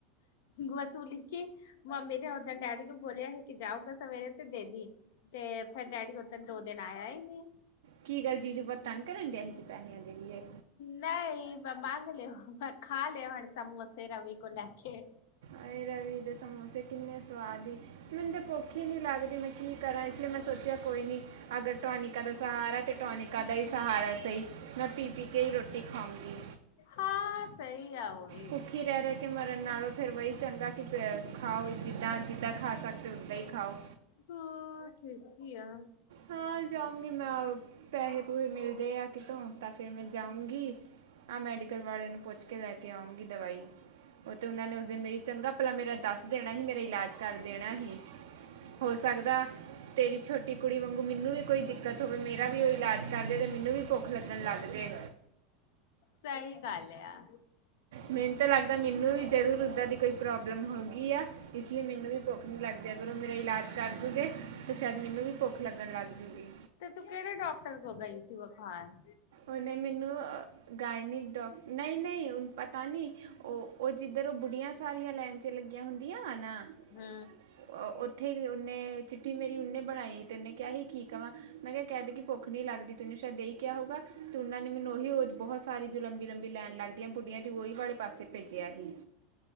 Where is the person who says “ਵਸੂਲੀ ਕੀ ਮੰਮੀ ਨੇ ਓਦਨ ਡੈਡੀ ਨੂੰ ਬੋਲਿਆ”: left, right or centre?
Left